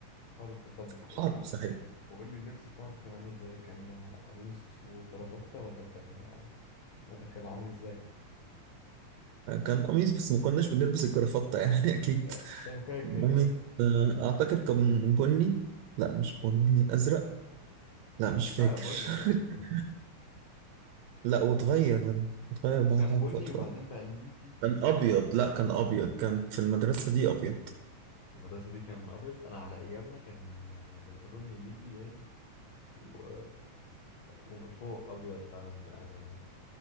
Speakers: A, on the left; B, on the right.
A: حرب طب وقول
B: حرب صحيح
A: وقول لي اللبس بتاعكم كان عامل ازاي كان قميص وكرافتة ولا كان ولا كان عامل ازاي
B: كان قميص بس ما كناش بنلبس الجرافطة يعني <laughs> أكيد
A: آه، انا فاكر
B: قميص
A: اه
B: آه، أعتقد كان بني لا مش بني أزرق لا مش فاكر
A: لا بني بني
B: <laughs>
A: بني
B: لا واتغير اتغير بعدها
A: كان بني
B: بفترة
A: وبعدين بقى نبيتي
B: كان أبيض لا كان أبيض كان في المدرسة دي أبيض
A: في المدرسة دي كان أبيض أنا على أيامنا كان بنطلون نبيتي باين و... ومن فوق أبيض فعلا آه...